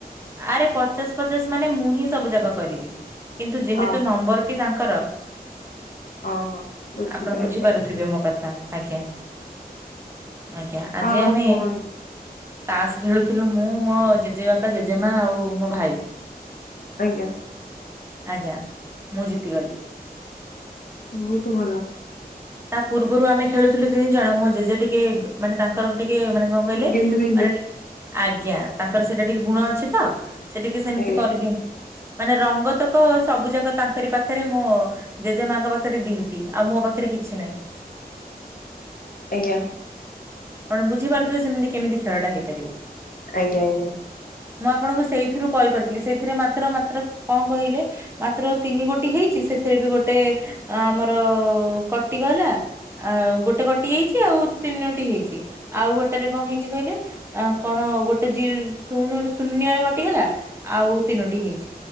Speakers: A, on the right; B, on the left.
A: ଆରେ ପଚାଶ ପଚାଶ ମାନେ ମୁଁ ହିଁ ସବୁ ଯାକ କରିବି କିନ୍ତୁ ଯେହେତୁ
B: ଓହୋ
A: ନମ୍ବର ଟି ତାଙ୍କ କର
B: ଓହୋ ବୁଝିଲି
A: ଆପଣ ବୁଝିପାରୁଥିବେ
B: ଆଜ୍ଞା
A: ମୋ କଥା ଆଜ୍ଞା। ଆଜ୍ଞା ଆଜି
B: ଆଉ
A: ଆମେ
B: କୁହନ୍ତୁ
A: ତାସ ଖେଳୁଥିଲୁ ମୁଁ ମୋ ଜେଜେ ବାପା ଜେଜେମା ଆଉ ମୋ ଭାଇ।
B: ଆଜ୍ଞା।
A: ଆଜ୍ଞା ମୁଁ ଜିତିଗଲି।
B: ବହୁତ ଭଲ।
A: ତା ପୂର୍ବରୁ ଆମେ ଖେଳୁଥିଲୁ ତିନି ଜଣ ମୋ ଜେଜେ ଟିକେ ଗ ମାନେ ତାଙ୍କର ଟିକେ କଏ ମାନେ କଣ କହିଲେ
B: ଗେନ୍ଧିରେଇଲି
A: ମାନେ ଟିକ ଆଜ୍ଞା ତାଙ୍କର ସେଇଟା ଟିକେ ଗୁଣ ଅଛି ତ ସେ ଟିକେ ସେମିତି
B: ଆଜ୍ଞା
A: କରିଦିଅନ୍ତି। ମାନେ ରଙ୍ଗ ତକ ସବୁ ଯାକ ତାଙ୍କରି ପାଖରେ ମୋ ଜେଜେ ମାଙ୍କ ପାଖରେ ଦିଟି ଆଉ ମୋ ପାଖ ରେ କିଛି ନାହିଁ
B: ଆଜ୍ଞା
A: ଆପଣ ବୁଝିପାରୁଥିବେ ସେମିତି କେମିତି ଖେଳଟା ହେଇପାରିବ
B: ଆଜ୍ଞା ଆଜ୍ଞା।
A: ମୁଁ ଆପଣଙ୍କୁ ସେଇଥିରୁ କଲ କରିଥିଲି ସେଇଥିରେ ମାତ୍ର ମାତ୍ର କଣ କହିଲେ ମାତ୍ର ତିନି ଗୋଟି ହେଇଛି ସେ ସେଥିରେ ବି ଗୋଟେ ଆମର-ଅ-ଅ କଟିଗଲା ଆଉ ଗୋଟେ କଟି ଯାଇଚି ଆଉ ତିନୋଟି ହେଇଛି। ଆଉ ଗୋଟେରେ କଅ ହେଇଛି କହିଲେ? ଆ କଣ ଗୋଟେ ଜି-ଶୂନ ଶୂନ୍ୟରେ କଟିଗଲା, ଆଉ ତିନୋଟି ହେଇଛି।